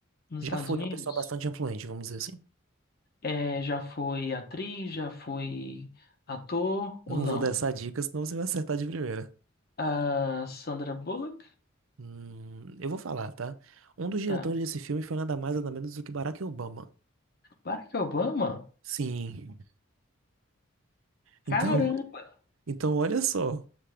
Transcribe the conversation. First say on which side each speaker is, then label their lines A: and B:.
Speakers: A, on the left (about 45°); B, on the right (about 75°).
A: nos
B: Já
A: Estados
B: foi
A: Unidos.
B: uma pessoa bastante influente, vamos dizer assim.
A: É, já foi atriz, já foi ator ou
B: Não
A: não?
B: vou dar essa dica, senão você vai acertar de primeira.
A: A Sandra Bullock?
B: Hum, eu vou falar, tá? Um dos diretores
A: Tá.
B: desse filme foi nada mais nada menos do que Barack Obama.
A: Barack Obama?
B: Sim. Então,
A: Caramba,
B: então olha só.